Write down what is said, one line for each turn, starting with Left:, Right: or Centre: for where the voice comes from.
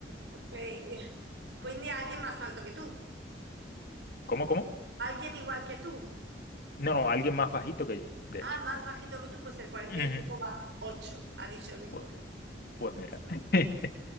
Right: ok. <laughs> Quindi alguien más alto que tú,
Left: ¿Cómo, cómo?
Right: alguien igual que tú.
Left: No, no, alguien más bajito que yo, de
Right: Ah,
Left: hecho.
Right: más bajito que tú, pues el 48,8
Left: Ujú.
Right: ha dicho el mismo
Left: Pu-
Right: que tú.
Left: Pues, mira,
Right: Está
Left: <laughs>
Right: bien.